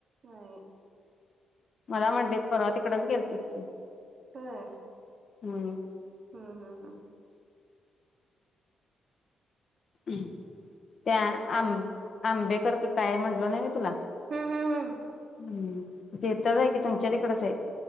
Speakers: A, on the right; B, on the left.
A: नाही
B: मला म्हंटलेत परवा तिकडेच गेलते की...
A: होय
B: हम्म
A: हम्म हम्म हम्म
B: त्या आं आंबेकर का काय म्हटल नाही होय तुला
A: हम्म हम्म हम्म
B: हं तीथच हाय कि तुमच्या तिकडच हाय